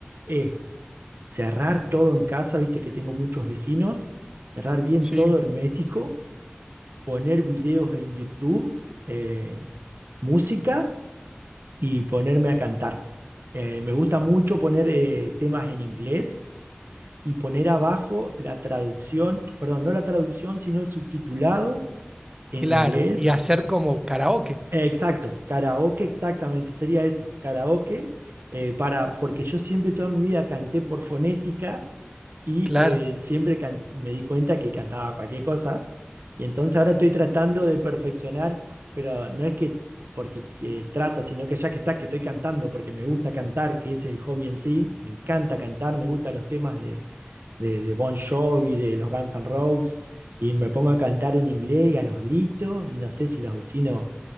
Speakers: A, on the right; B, on the right.
A: es cerrar todo en casa, viste que tengo muchos vecinos, cerrar bien
B: Sí.
A: todo hermético, poner videos en YouTube, eh, música y ponerme a cantar. Eh, me gusta mucho poner eh, temas en inglés y poner abajo la traducción, perdón, no la traducción, sino el subtitulado en
B: Claro,
A: inglés.
B: y hacer como karaoke.
A: Eh, exacto, karaoke, exactamente, sería eso, karaoke, eh, para, porque yo siempre toda mi vida canté por fonética y
B: Claro.
A: eh, siempre can- me di cuenta que cantaba cualquier cosa. Y entonces ahora estoy tratando de perfeccionar, pero no es que porque que trato, sino que ya que está, que estoy cantando, porque me gusta cantar, que es el hobby en sí, me encanta cantar, me gustan los temas de, de, de Bon Jovi, de los Guns N' Roses, y me pongo a cantar en inglés y a los gritos, y no sé si los vecinos